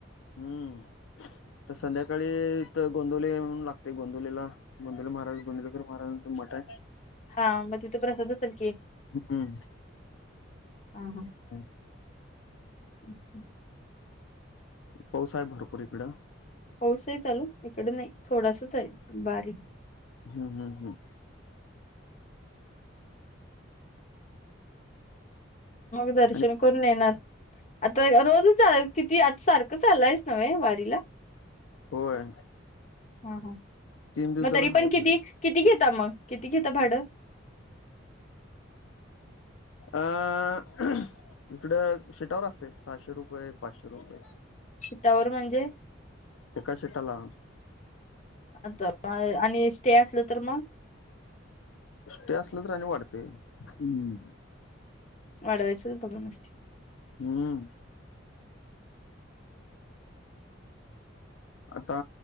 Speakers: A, on the left; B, on the left.
A: हम्म, तर संध्याकाळी तर गोंदवले हुन लागते गोंदवलेला. गोंदवले महाराज, गोंदलकर महाराजांचं मठ आहे.
B: हा मग तिथ प्रसाद असल कि?
A: हम्म
B: हं हं
A: ह.
B: हं.
A: पाऊस आहे भरपूर इकडं.
B: पाऊस आहे चालू, इकड नाही थोडासच आहे, बारीक.
A: हम्म हम्म हम्.
B: मग दर्शन
A: आणि
B: करून येणार, आता रोजच आहे. किती, आज सारखं चालंयस नव्हे वारीला?
A: होय.
B: हम्म हम्म
A: तीन दिवसाला
B: मग तरी
A: हाय
B: पण किती,
A: भाड
B: किती घेता मग, किती घेता भाडं?
A: अं, इकड शीटावर असते, सहाशे रुपये, पाचशे रुपये
B: शिटावर म्हणजे?
A: एका शिटाला
B: आता <unintelligible> आणि स्टे असलं तर मग?
A: स्टे असलं तर आणि वाढतय, हम्म.
B: वाढवायच बघून <unintelligible> अंसते.
A: हम्. आता